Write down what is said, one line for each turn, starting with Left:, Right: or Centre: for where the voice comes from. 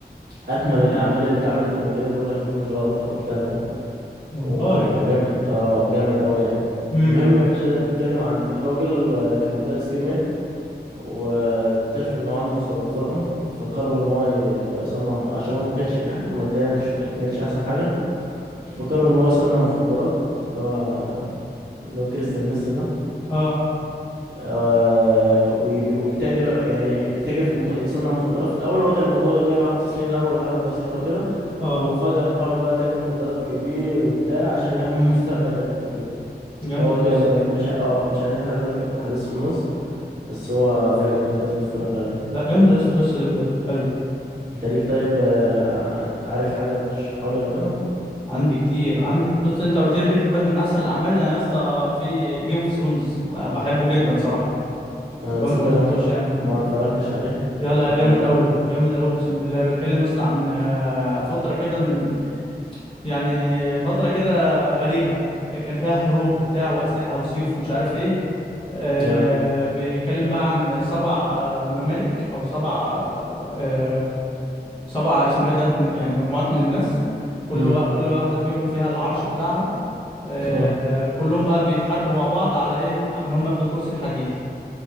Right: أكمل الأعمال اللي اتعملت قبل كده بيقول لك ما فيهوش غلطة وبتاع و-
Left: والله
Right: ويعني جامد اه جامد أوي يعني
Left: امم
Right: المهم يا باشا ده بيتكلم عن راجل آه، كان مدرس كيمياء واكتشف إن هو عنده سرطان فقرر إن هو يصنع عشان هو ما كانش حالته المادية يعني مش ما كانتش أحسن حاجة فقرر إن هو يصنع مخدرات اللي هو اللي هو كريستال ميسي ده
Left: اه
Right: آه، ويب- ويتاجر يعني يتاجر في المخ... يصنع مخدرات في الاول هو كان الموضوع جاي معاه بتصنيع الاول وحاجات بسيطه وكده
Left: اه
Right: وفجاه تحول بقى لتاجر مخدرات كبير وبتاع عشان يأمن <laughs> مستقبل عيلته وكده
Left: جامده
Right: فهو
Left: القصه
Right: جامد انا
Left: دي
Right: مش اه مش عايز احرق لك احداث في النص بس هو فاجر انت لازم تتفرج عليه
Left: لا جامده يا اسطى القصه دي بجد حلو
Right: انت ليك طيب آه، عارف حاجه ترشحها لي او كده
Left: عندي كتير عندي بص انت قلت لي بريكنج باد من احسن الاعمال انا يا اسطى في جيم اوف ثرونز بحبه جدا صراحه
Right: انا
Left: لو
Right: تصدق
Left: انت ما شفتوش
Right: انا
Left: يعني
Right: ما اتفرجتش عليه
Left: لا لا
Right: والله
Left: جامد قوي جامد قوي اقسم بالله بيتكلم يا اسطى عن آه، فتره كده من يعني فتره كده غريبه كان فيها حروب وبتاع واسلحه وسيوف ومش عارف ايه آه،
Right: اه
Left: بيتكلم بقى عن سبع آه، ممالك او سبع آه، سبعة اسمه ايه ده م- يعني مجموعات من الناس كل
Right: امم
Left: وا- كل واحدة فيهم فيها العرش بتاعها آه،
Right: اه
Left: كلهم بقى بيتحاربوا مع بعض على ايه على ان هم ياخدوا الكرسي الحديدي